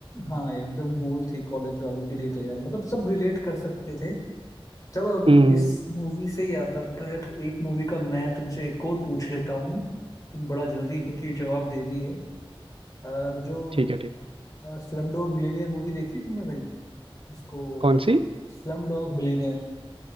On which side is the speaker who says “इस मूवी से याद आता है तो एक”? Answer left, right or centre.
Left